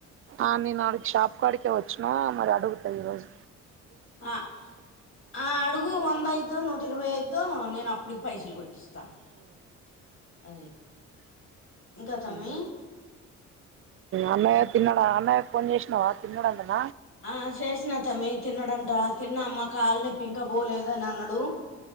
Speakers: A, on the right; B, on the left.
A: ఆ నేను అడికి షాప్ కాడికే ఓచ్చిన మరి అడుగుతా ఈ రోజు
B: ఆ ఆ అడుగు వంద ఐతదో నూట ఇరవై ఐతధో అప్ప టికి పైసలు కొట్టిస్తా అది ఇంకా తమ్మి
A: ఉమ్ అన్నయ్య తిన్నాడా అన్నయ్య ఫోన్ చేసినావా తిన్నాడు అంటన
B: ఆ చేసిన తమ్మి తిన్నాడంట తిన్నా అమ్మా కాళ్ళునోప్పి ఇంకా పోలేదని అన్నాడు